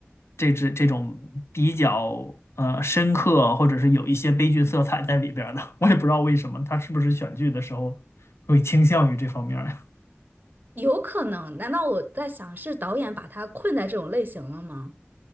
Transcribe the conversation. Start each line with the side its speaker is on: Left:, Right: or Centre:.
Left: 这这这种比较呃深刻，或者是有一些悲剧色彩在里边儿的，我也不知道为什么，他是不是选剧的时候会倾向于这方面儿。
Right: 有可能。难道我在想是导演把他困在这种类型了吗？